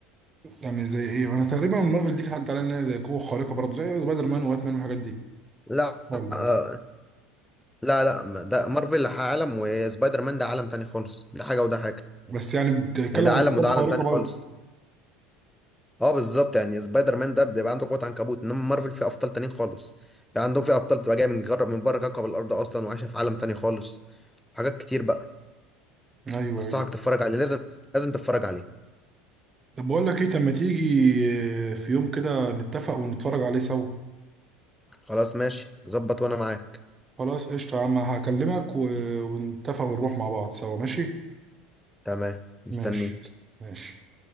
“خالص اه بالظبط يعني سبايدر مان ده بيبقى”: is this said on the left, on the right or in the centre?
Centre